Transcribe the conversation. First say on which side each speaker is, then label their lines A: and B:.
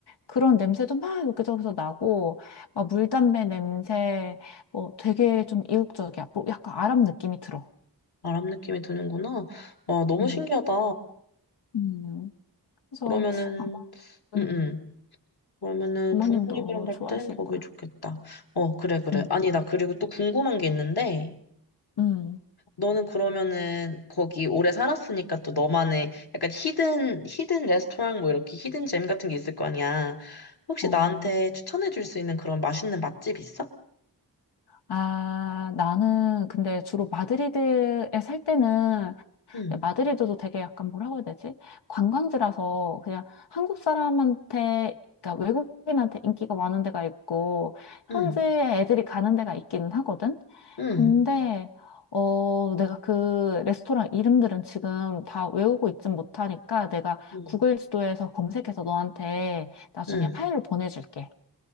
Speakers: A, on the left (about 85°); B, on the left (about 70°).
A: 그런 냄새도 막 여기저기서 나고, 막 물담배 냄새, 뭐 되게 좀 이국적이야. 뭐 약간 아랍 느낌이 들어.
B: 아랍 느낌이 드는구나. 와, 너무
A: 어.
B: 신기하다.
A: 음, 그래서
B: 그러면은,
A: 아마 음,
B: 음, 음. 그러면은
A: 부모님도
B: 부모님이랑 갈
A: 좋아하실
B: 땐 거기
A: 거야.
B: 좋겠다. 어, 그래, 그래.
A: 음,
B: 아니, 나 그리고 또 궁금한 게 있는데,
A: 음,
B: 너는 그러면은 거기 오래 살았으니까 또 너만의 약간 히든 히든 레스토랑 뭐 이렇게 히든 잼 같은 게 있을 거 아니야. 혹시
A: 어,
B: 나한테 추천해 줄 수 있는 그런 맛있는 맛집 있어?
A: 아, 나는 근데 주로 마드리드에 살 때는
B: 응,
A: 근데 마드리드도 되게 약간 뭐라고 해야 되지? 관광지라서 그냥 한국 사람한테, 그러니까 외국인한테 인기가 많은 데가 있고, 현지에
B: 응,
A: 애들이 가는 데가 있기는 하거든?
B: 응,
A: 근데, 어, 내가 그 레스토랑 이름들은 지금 다 외우고 있진 못하니까 내가
B: 응,
A: 구글 지도에서 검색해서 너한테 나중에
B: 응.
A: 파일을 보내줄게.